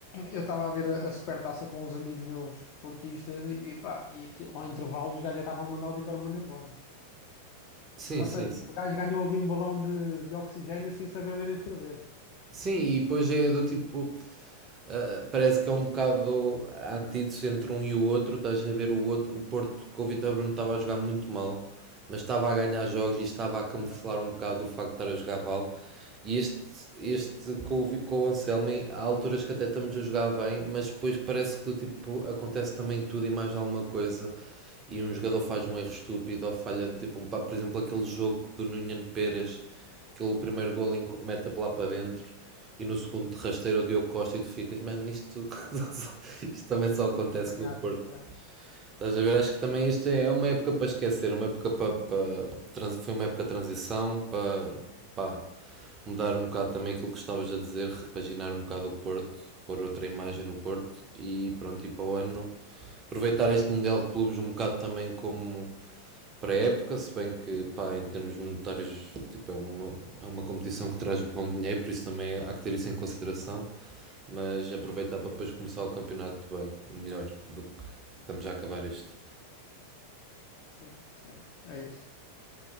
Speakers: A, on the left; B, on the right.
A: eu estava a ver a a Supertaça com uns amigos meus portistas e, e pá, e aquilo ao intervalo os gajos já estavam a mandar o Vítor Bruno embora.
B: Sim,
A: Ou
B: sim.
A: seja,
B: Sim,
A: o gajo ganhou ali um balão de, de oxigênio sem saber ler nem escrever.
B: Sim, e depois é do tipo, Uh, parece que é um bocado a antítese entre um e o outro. Estás a ver o outro, o Porto com o Vitor Bruno estava a jogar muito mal, mas estava a ganhar jogos e estava a camuflar
A: Exato,
B: um bocado o facto de estar a jogar mal. E este, este com, o, com o Anselmi, há alturas que até estamos a jogar bem, mas depois parece que tipo, acontece também tudo e mais alguma coisa. E um jogador faz um erro estúpido ou falha de tipo um pá, por exemplo, aquele jogo do Núñez Pérez, aquele primeiro gol mete lá para dentro. E no segundo
A: sim, sim.
B: de rasteiro o Diogo Costa e tu ficas, mano, isto, <laughs> isto também só acontece
A: Apanhado,
B: no Porto.
A: yeah.
B: Estás a ver? Acho que também isto é uma época para esquecer, uma época para, para trans- foi uma época de transição para, pá, mudar um bocado também aquilo que estavas a dizer, repaginar um bocado o Porto, pôr outra imagem no Porto e pronto, e para o ano aproveitar este Mundial de Clubes um bocado também como para a época, se bem que, pá, em termos monetários, tipo, é uma, é uma competição que traz bom dinheiro, por isso também há que ter isso em consideração, mas aproveitar para depois começar o campeonato bem, melhor do que estamos a acabar este.
A: Sim, sim, é isso.